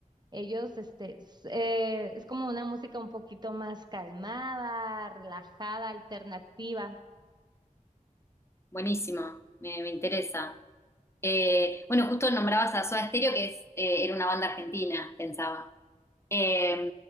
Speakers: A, on the right; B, on the left.
A: Ellos, este, s- eh, es como una música un poquito más calmada, relajada, alternativa.
B: buenísimo, me, me interesa. Eh, bueno, justo nombrabas a Soda Stereo, que es, eh, era una banda argentina, pensaba. Eh,